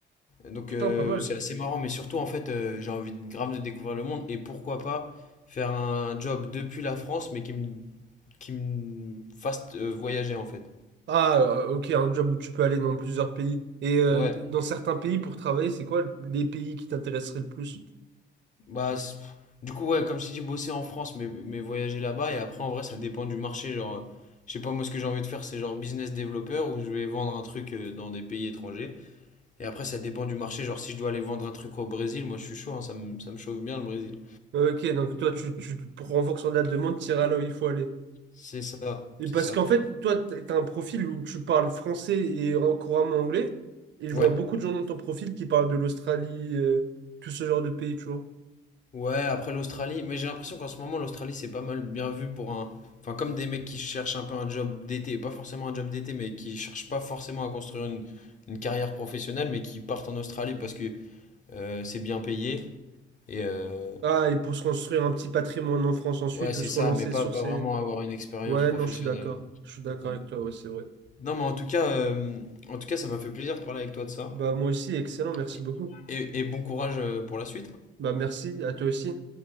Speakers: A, on the left; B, on the right.
A: Donc
B: Putain,
A: euh,
B: pas mal.
A: c'est assez marrant, mais surtout en fait euh, j'ai envie de grave de découvrir le monde et pourquoi pas faire un job depuis la France mais qui me qui me fasse euh, voyager en fait.
B: Ah, euh, ok, un job où tu peux aller dans plusieurs pays. Et euh,
A: Ouais.
B: d- dans certains pays, pour travailler, c'est quoi les pays qui t'intéresseraient le plus?
A: Bah c'est- du coup ouais comme je t'ai dit bosser en France mais mais voyager là-bas et après en vrai ça dépend du marché genre euh, je sais pas moi ce que j'ai envie de faire c'est genre business développeur où je vais vendre un truc euh, dans des pays étrangers Et après, ça dépend du marché. Genre, si je dois aller vendre un truc au Brésil, moi, je suis chaud. hein, ça me, ça me chauffe bien, le Brésil.
B: Ok, donc toi, tu, tu, pour- en fonction de la demande, tu iras là où il faut aller.
A: C'est ça,
B: Et
A: c'est
B: parce
A: ça.
B: qu'en fait, toi, t'as t'as un profil où tu parles français et en- couramment anglais, et je
A: Ouais.
B: vois beaucoup de gens dans ton profil qui parlent de l'Australie, euh, tout ce genre de pays, tu vois.
A: Ouais, après l'Australie. Mais j'ai l'impression qu'en ce moment, l'Australie, c'est pas mal bien vu pour un... Enfin, comme des mecs qui cherchent un peu un job d'été. Pas forcément un job d'été, mais qui cherchent pas forcément à construire une, une carrière professionnelle, mais qui partent en Australie parce que euh, c'est bien payé. Et euh,
B: Ah, et pour se construire un petit patrimoine en France ensuite
A: ouais, c'est
B: ou se
A: ça,
B: relancer
A: mais pas,
B: sur
A: pas
B: ces...
A: vraiment avoir une expérience
B: Ouais,
A: professionnelle.
B: non, je suis d'accord. Je suis d'accord
A: Mm.
B: avec toi, ouais, c'est vrai.
A: Non, mais en tout cas, euh, en tout cas, ça m'a fait plaisir de parler avec toi de ça.
B: Bah, moi aussi, excellent, merci
A: Et,
B: beaucoup.
A: et- et bon courage euh, pour la suite.
B: Bah, merci, à toi aussi.